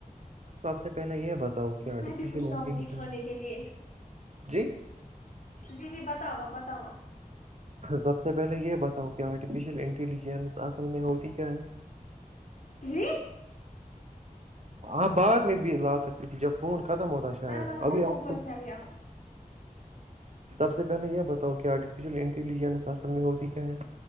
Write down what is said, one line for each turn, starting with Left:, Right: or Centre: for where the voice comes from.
Right: سب سے پہلے یہ بتا ہوک آرٹیفیشیل
Left: میں بھی کچھ
Right: انٹیلیجنس
Left: لاؤں گی کھانے کے لیے
Right: جی
Left: جی جی بتاؤ آپ بتاؤ آپ
Right: سب سے پہلے یہ بتاؤ کہ آرٹیفیشیل انٹیلی اصل میں ہوتی کیا ہے
Left: جی
Right: آپ بعد میں بھی لا سکتے تھی جب فون ختم ہوتا شاید
Left: میں بس
Right: ابھی
Left: میں
Right: آپ
Left: اوپر
Right: کو
Left: چڑھیا
Right: سب سے پہلے یہ بتا کہ آرٹیفیشیل انٹیلیجنس اصل میں ہوتی کیا ہے